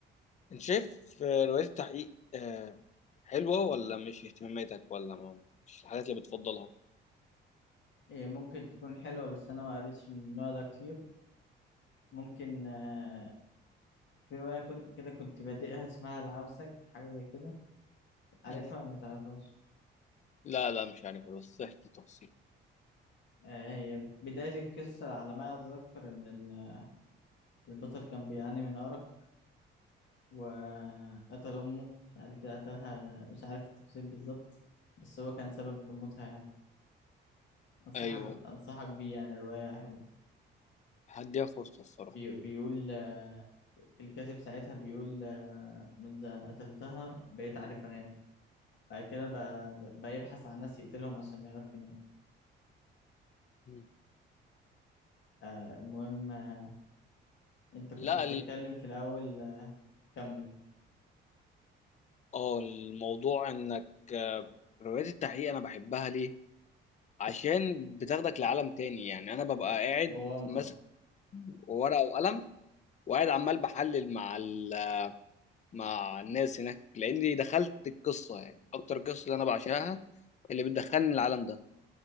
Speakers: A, on the left (about 35°); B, on the left (about 65°).
A: انت شايف آه، روايات التحقيق آه، حلوة ولا مش اهتماماتك ولا ما مش الحاجات اللي بتفضلها
B: هي ممكن تكون حلوة بس انا ما قريتش من النوع ده كتير ممكن آه، في رواية كنت كده كنت بادئها اسمها العوسج حاجة زي كده عارفها
A: مم.
B: ولا ما تعرفهاش
A: لا لا مش عارف بس احكي تفاصيل
B: آه، هي بداية القصة على ما أتذكر إن ال- البطل كان بيعاني من أرق وقتل أمه مش عارف اللي قتلها مش عارف التفاصيل بالظبط بس هو كان سبب في موتها يعني أنصحك
A: ايوه
B: أنصحك بيه يعني الرواية حلوة
A: حد ياخد فرصته الصراحه
B: بي... بيقول آه، الكاتب ساعتها بيقول آه، منذ أن قتلتها بقيت عارف أنام بعد كده بقى, بقى يبحث عن ناس يقتلهم عشان يعرف ينام
A: مم.
B: آه، المهم آه، أنت كنت
A: لا
B: بتتكلم
A: ال...
B: في الأول آه، كمل
A: اه الموضوع انك آه، روايات التحقيق انا بحبها ليه عشان بتاخدك لعالم تاني يعني انا ببقى قاعد
B: مغامرة
A: ماسك ورقه وقلم وقاعد عمال بحلل مع ال... مع الناس هناك لاني دخلت القصه يعني اكتر قصه اللي انا بعشقها اللي بتدخلني العالم ده